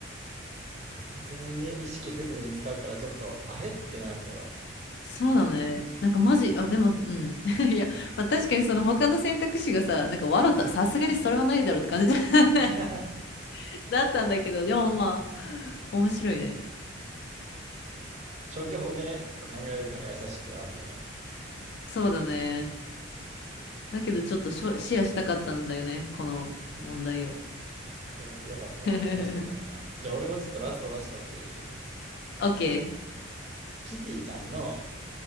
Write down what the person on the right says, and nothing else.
そうなんだ全然ね、意識せずに使うからちょっと、あれってなるけど。
うん
<laughs>。
消去法でね、ちょっと考えれるのが優しくはあるよね。
そう、よかった。
面白かった。じゃあ俺もちょっとラスト出しちゃっていい
キティちゃんの